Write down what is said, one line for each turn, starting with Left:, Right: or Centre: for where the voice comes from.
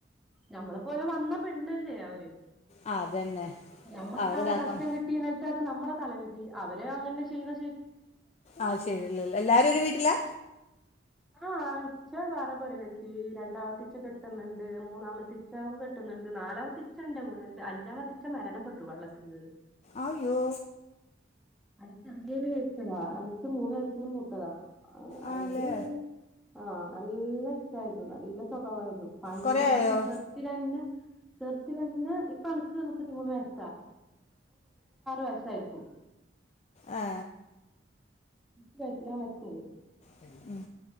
Centre: ഞമ്മളെ പോലെ വന്ന പെണ്ണല്ലേ അവര്
Left: ആ അതന്നെ
Centre: നമ്മക്ക്
Left: അവരെ
Centre: ആടെ
Left: ഇതാക്കാം
Centre: കഷ്ടം കിട്ടീ ന്നട്ട് അത് നമ്മളെ തലവി - ധി അവരെ അങ്ങനെ ചെയ്യുന്ന
Left: ആഹ് ശരിയല്ലല്ല എല്ലാരും ഒരു വീട്ടിലാ
Centre: ആഹ ഇച്ച വേറെ പൊര കെട്ടി രണ്ടാമത്തി ഇച്ച കെട്ടുന്നുണ്ട് മൂന്നാമത്തെ ഇച്ച കെട്ടുന്നുണ്ട് നാലാമത്തെ ഇച്ച എന്റെ കൂടെ ഉണ്ട് അഞ്ചാമത്തെ ഇച്ച മരണപ്പെട്ടു വെള്ളത്തിൽന്ന്
Left: അയ്യോ
Centre: അത്ചെറിയൊല് വെച്ചതാ ന്റെ മൂന്നാഴ്ച്ച മൂത്തതാ അയില്
Left: ആണല്ലേ
Centre: ആ നല്ല ഇച്ചായിരുന്നു നല്ല സ്വഭാവമായിരുന്നു പണ്ടന്നെ
Left: കുറേ ആയോ
Centre: ചെർതിലന്നെ ചെർതിലെന്നെ ഇപ്പൊ എണക്ക് മുപ്പത്തിമൂന്ന് വയസ് വയസ്സായിരിക്കും
Left: ആ
Centre: എട്ട് വയസ്സിലാ മര്ച്ചത്
Left: ഉം